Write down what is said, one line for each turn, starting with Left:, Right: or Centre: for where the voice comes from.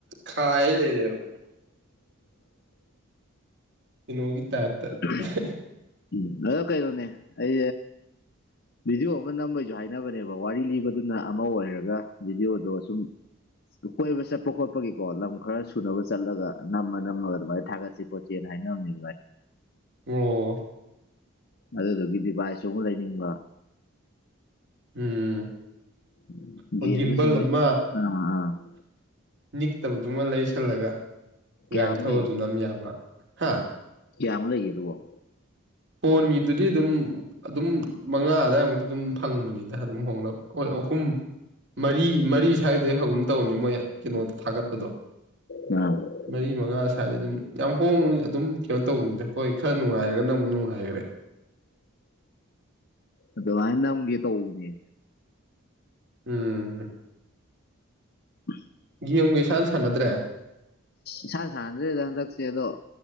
Right: ꯈ ꯂꯩꯗꯦꯕ ꯏꯅꯣꯤ ꯇꯦꯔꯇ
Left: ꯎꯝ
Right: ꯍ
Left: ꯎꯝ ꯑꯣꯀ ꯑꯩ ꯇꯣꯉꯦ ꯑꯦ
Right: <unintelligible>
Left: ꯚꯗꯤꯑꯣ ꯑꯃ ꯅꯝꯕꯩꯁꯨ ꯍꯥꯏꯅꯕꯅꯦꯕ ꯋꯥꯔꯤ ꯂꯤꯕꯗꯨꯅ ꯑꯃ ꯑꯣꯏꯔꯒ ꯚꯤꯗꯤꯑꯣꯗꯣ ꯁꯨꯝ ꯀꯣꯏꯕ ꯆꯠꯄ ꯈꯣꯠꯄꯒꯤꯀꯣ ꯂꯝ ꯈꯔ ꯁꯨꯅꯕ ꯆꯠꯂꯒ ꯅꯝꯃ ꯅꯝꯃꯒ ꯑꯗꯨꯃꯥꯏꯅ ꯊꯥꯒꯠꯁꯤ ꯁꯣꯆꯦ ꯔꯦ ꯅꯅꯤ
Right: ꯑꯣ
Left: ꯎ ꯑꯗꯨꯗꯨꯒꯤ ꯗꯤꯚꯥꯏꯁꯁꯨ ꯑꯃꯨꯛ ꯂꯩꯅꯤꯡꯕ
Right: ꯎꯝ
Left: ꯁꯃꯦ
Right: ꯍꯣꯏ
Left: ꯑꯥ
Right: ꯒꯤꯝꯕꯜ ꯑꯃ
Left: ꯑ
Right: ꯅꯤꯛꯇꯕꯗꯨꯃ ꯂꯩꯁꯜꯂꯒ
Left: ꯀꯌꯥꯃꯨꯛ
Right: ꯒꯥꯔꯤ ꯊꯧꯑ ꯑꯗꯨꯅ ꯑꯃꯝ ꯌꯥꯕ꯭ꯔꯥ ꯍꯥ
Left: ꯀꯌꯥꯝ ꯂꯩꯒꯦꯔꯨꯑꯣꯣ
Right: ꯐꯣꯟꯒꯤꯗꯨꯗꯤ ꯑꯗꯨꯝ ꯑꯗꯨꯝ ꯃꯉꯥ ꯑꯋꯥꯏꯃꯨꯛꯇ ꯑꯗꯨꯝ ꯐꯪꯕꯅꯤ ꯑꯗꯨꯝ ꯍꯣꯡꯅꯕ ꯍꯣꯏ ꯑꯍꯨꯝ ꯃꯔꯤ ꯃꯔꯤ ꯁ꯭ꯋꯥꯏꯗ ꯍꯧꯒꯨꯝ ꯇꯧꯅꯤ ꯃꯣꯏ ꯀꯩꯅꯣꯗ ꯊꯥꯒꯠꯄꯗꯣ
Left: ꯑ
Right: ꯃꯔꯤ ꯃꯉꯥ ꯁ꯭ꯋꯥꯏꯗ ꯑꯗꯨꯝ ꯌꯥꯝ ꯍꯣꯡꯕꯅꯤ ꯑꯗꯨꯝ ꯀꯩꯅꯣ ꯇꯧꯕꯅꯤꯗ ꯍꯣꯏ ꯈꯔ ꯅꯨꯡꯉꯥꯏꯔꯒꯅꯪꯕꯨꯛ ꯅꯨꯡꯉꯥꯏꯈꯔꯦ
Left: ꯑꯗꯨꯃꯥꯏꯅ ꯅꯪꯒꯤ ꯇꯧꯕꯅꯦ
Right: ꯎꯝ
Left: ꯍ
Right: ꯒꯦꯝꯒ ꯁꯥꯟꯅ ꯁꯥꯟꯅꯗ꯭ꯔꯦ
Left: ꯏꯁꯥꯟꯅ ꯁꯥꯟꯗ꯭ꯔꯦꯗ ꯍꯟꯗꯛꯁꯦ ꯑꯗꯣ